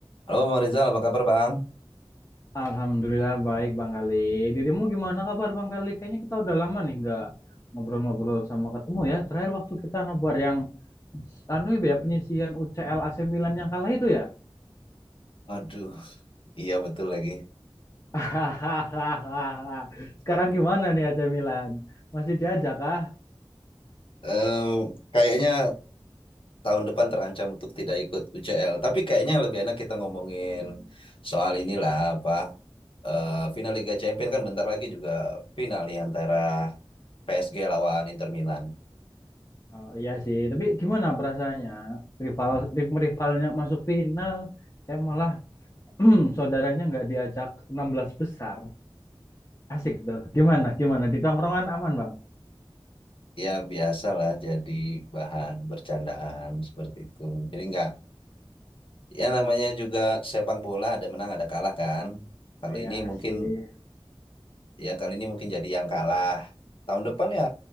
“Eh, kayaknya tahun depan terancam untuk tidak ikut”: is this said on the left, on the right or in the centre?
Left